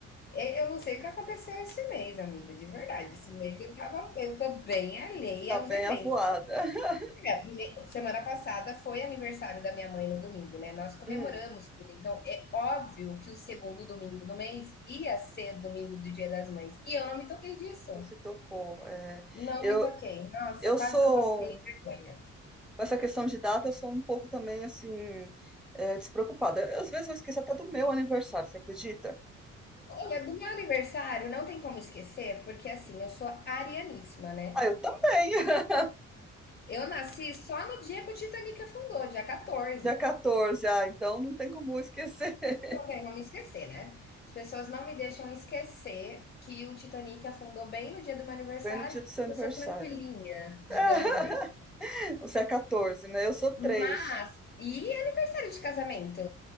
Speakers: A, on the left (about 35°); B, in the centre.
A: e eu não sei o que aconteceu esse mês, amiga, de verdade. Esse mês eu tava, eu tô bem alheia
B: Tá
A: aos
B: bem
A: eventos.
B: avoada. <laughs>
A: É, me semana passada foi aniversário da minha mãe no domingo, né, nós comemoramos
B: Hum,
A: tudo, então é óbvio que o segundo domingo do mês ia ser domingo do Dia das Mães, e eu não me toquei disso.
B: não se tocou. É.
A: Não
B: Eu,
A: me toquei. Nossa,
B: eu
A: quase
B: sou.
A: que eu passei vergonha.
B: Com essa questão de data, eu sou um pouco também assim, eh, despreocupada. Eu, às vezes eu esqueço até do meu aniversário, você acredita?
A: Olha, do meu aniversário não tem como esquecer, porque assim, eu sou arianíssima, né?
B: Ah, eu também! <laughs>
A: Eu nasci só no dia que o Titanic afundou, dia 14.
B: Dia 14, ah, então não tem como eu esquecer. <laughs>
A: Não tem como esquecer, né? As pessoas não me deixam esquecer que o Titanic afundou bem no dia do meu aniversário,
B: Bem no dia
A: porque
B: do seu aniversário.
A: eu sou tranquilinha,
B: <laughs>
A: digamos
B: Você é 14, né? Eu sou três
A: Mas e aniversário de casamento?